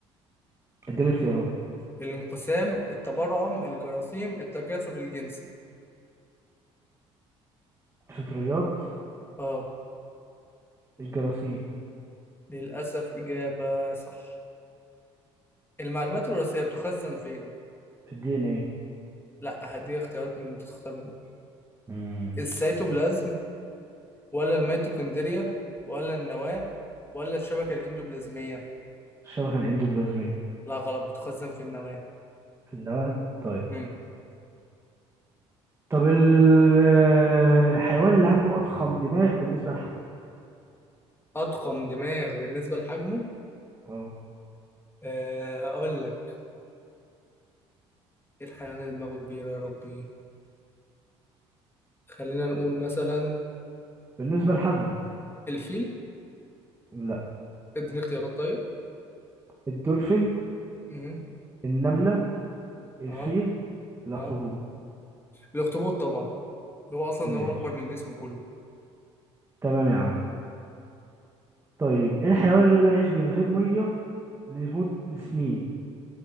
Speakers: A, on the right; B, on the left.
A: اديني اختيارات
B: الانقسام التبرعم الجراثيم التكاثر الجنسي
A: الفطريات
B: آه
A: الجراثيم
B: للأسف إجابة صح المعلومات الوراثية بتخزن فين
A: في الدي ان ايه
B: لا هديك اختيارات من انت تختار منهم
A: مم.
B: السيتوبلازم ولا الميتوكوندريا ولا النواة ولا الشبكة الإندوبلازمية
A: الشبكة الإندوبلازمية
B: لا غلط بتخزن في النواة
A: في النواة طيب
B: مم.
A: طب ال- آه، الحيوان اللي عنده أضخم دماغ بالنسبة لحجمه
B: أضخم دماغ بالنسبة لحجمه
A: اه
B: أه هقول لك إيه الحيوان اللي دماغه كبيرة يا ربي خلينا نقول مثلا
A: بالنسبة لحجمه
B: الفيل
A: لا
B: اديني اختيارات طيب
A: الدولفين
B: مم.
A: النملة الفيل
B: اه
A: الأخطبوط
B: اه الأخطبوط طبعا هو أصلا
A: ماشي
B: هو أكبر من جسمه كله
A: تمام يا عم طيب ايه الحيوان اللي يقدر يعيش من غير مية لمدة سنين